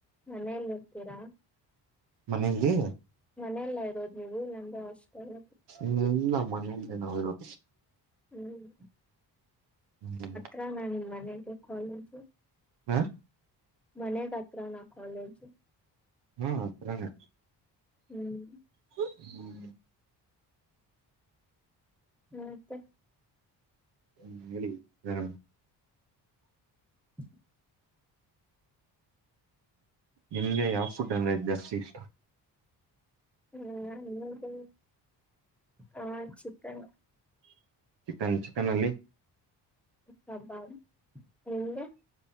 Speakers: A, in the centre; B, on the right.
A: ಮನೆಯಲ್ಲಿ ಇರ್ತೀರಾ
B: ಮನೆಯಲ್ಲಿ
A: ಮನೇಲ ಇರೋದು ನೀವು ನಮ್ದು ಹಾಸ್ಟಲ್
B: ಇ್ಮ ಇಲ್ಲಮ್ಮನೆಯಲ್ಲೇನರೋದು
A: ಹ್ಮ್
B: ಹ್ಮ ಹ್ಮ್
A: <inaudible> ಮನಗೆ ಕಾಲೇಜು
B: ಹಾ
A: ಮನೆಗತ್ರ ನ ಕಾಲೇಜು
B: ಹಾ ಹತ್ರಾನೆ
A: ಹ್ಮ್
B: ಹ ಹ್ಮ
A: ಮ್ಮತ್ತೆ
B: ಹ್ಮ ಹೇಳಿ ಹಾ
A: <inaudible>
B: ನಿಮ್ಗೆ ಯಾವ ಫುಡ್ ಅಂದ್ರೆ ಜಾಸ್ತಿ ಇಷ್ಟ
A: ಹಾ ನನಿಗೆ ಹ ಚಿಕನ್
B: ಚಿಕನ್ ಚಿಕನ್ ಅಲ್ಲಿ
A: ಕಬಾಬ್ ನಿನಗೆ